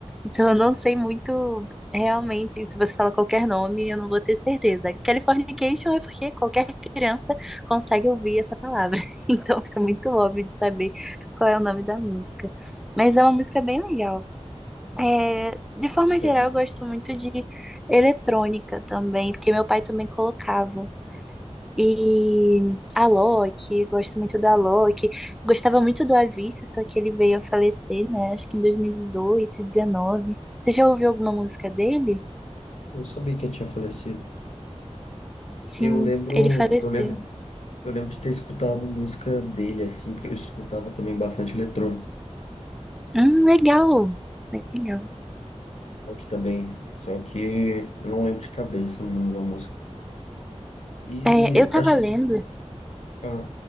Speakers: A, in the centre; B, on the left (about 75°).
A: Então eu não sei muito realmente, se você fala qualquer nome, eu não vou ter certeza. Californication é porque qualquer criança consegue ouvir essa palavra. <laughs> Então fica muito óbvio de saber qual é o nome da música. Mas é uma música bem legal. É, de forma
B: Certeza.
A: geral, eu gosto muito de eletrônica também, porque meu pai também colocava. E a Loki, gosto muito da Loki. Gostava muito do Avicii, só que ele veio a falecer, né? Acho que em 2018, 19. Você já ouviu alguma música dele?
B: Não sabia que ele tinha falecido.
A: Sim,
B: Eu lembro,
A: ele faleceu.
B: eu lembro, eu lembro de ter escutado música dele assim, porque eu escutava também bastante eletrônico,
A: Hum, legal. Legal.
B: rock também, só que eu não lembro de cabeça o nome de uma música. E
A: É,
B: eu
A: eu tava
B: achei,
A: lendo
B: ah,